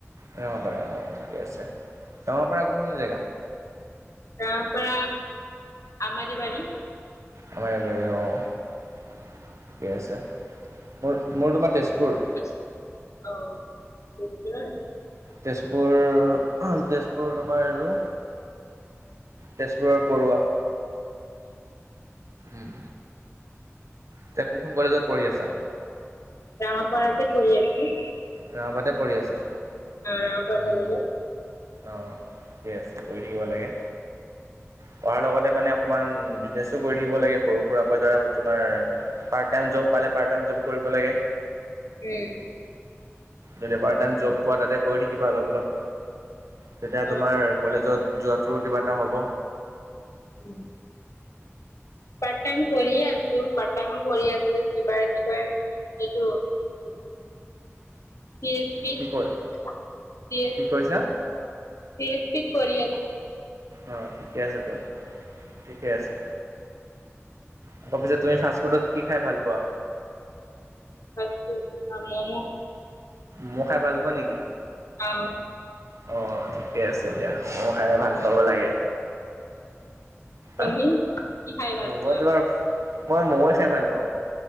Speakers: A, on the right (about 85°); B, on the left (about 85°).
A: ৰঙাপাৰা অ', ঠিকে আছে ৰঙাপাৰা কোনখিনি জেগা?
B: ৰঙাপাৰা আমাৰীবাৰী।
A: আমাৰা বাৰি অ', ঠিকে আছে মোৰ, মোৰ তোমাৰ তেজপুৰ।
B: অ', তেজপুৰত।
A: তেজপুৰ, তেজপুৰ তোমাৰ আৰু। তেজপুৰৰ পৰুৱা উম। এতিয়া কোনখন কলেজত পঢ়ি আছা?
B: ৰঙাপাৰাতেই পঢ়ি আছোঁ।
A: ৰাবাতে পৰি আছা
B: ৰাঙাপাৰা
A: উম,
B: কলেজত
A: অ'। ঠিক আছে কৰি থাকিব লাগে, পঢ়াৰ লগতে মানে অকমান বিনে কৰি থাকিব লাগে সৰু সুৰাকৈ ধৰা তোমাৰ পাৰ্ট টাইম জব পালে, পাৰ্ট টাইম জব কৰিব লাগে।
B: উম।
A: যদি পাৰ্ট টাইম জব পোৱা তাতে কৰি থাকিবা অলপ, অলপ তেতিয়া তোমাৰ
B: অ
A: কলেজত যোৱাটোৰো কিবা এটা হ'ব।
B: উম। পাৰ্ট টাইম কৰি আছোঁ, পাৰ্ট টাইম কৰি আছোঁ কিবা কি কয় এইটো <unintelligible> ছ চি এছ পি,
A: কি কৈ
B: চি
A: কি কৈছা
B: এছ পি কৰি আছোঁ।
A: অ', ঠিকে আছে বল ঠিকে আছে, আকৌ পিছে তই ফাষ্ট ফুডত কি খাই ভাল পোৱা?
B: Fast food momo.
A: মম' খাই ভাল পোৱা নেকি?
B: খাওঁ
A: অ', থিক ঠিকে আছে দিয়া মম' খাই ভাল পাব লাগে।
B: তুমি
A: অঁ
B: কি খাই ভাল
A: মই
B: পোৱা?
A: তোমাৰ মই মম'য়ে খাই ভাল পাওঁ।